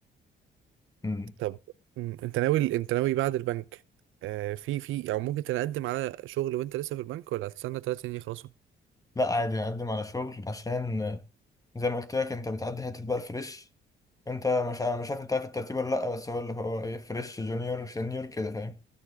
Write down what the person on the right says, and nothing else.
طب مم، انت ناوي انت ناوي بعد البنك آه في في او ممكن تقدم على شغل وانت لسه في البنك ولا هتستنى ثلاث سنين يخلصوا